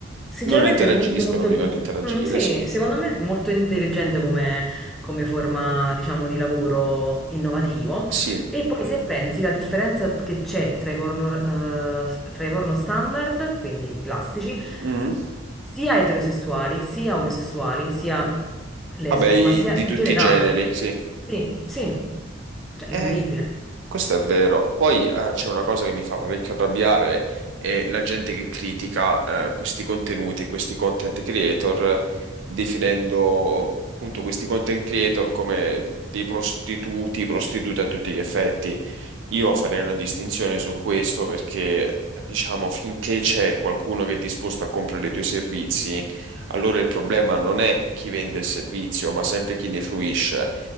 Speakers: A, in the centre; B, on the right.
A: sinceramente
B: Non interagisco,
A: è molto, molto...
B: non mi va di interagire,
A: mm, sì,
B: sì.
A: secondo me è molto intelligente come come forma, diciamo, di lavoro innovativo.
B: Sì.
A: E poi se pensi la differenza che c'è tra i porno, eh, tra i porno standard, quindi i classici,
B: Mm?
A: sia eterosessuali, sia omosessuali, sia lesbo,
B: Vabbè, i-
A: ma sia
B: di tutti
A: in generale.
B: i generi, sì.
A: Sì, sì, cioè
B: Eh,
A: è incredibile.
B: Questo è vero. Poi eh, c'è una cosa che mi fa parecchio arrabbiare, è la gente che critica eh, questi contenuti, questi content creator, definendo appunto questi content creator come dei prostituti, prostitute a tutti gli effetti. Io farei una distinzione su questo perché, diciamo, finché c'è qualcuno che è disposto a comprare i tuoi servizi, allora il problema non è chi vende il servizio, ma sempre chi ne fruisce.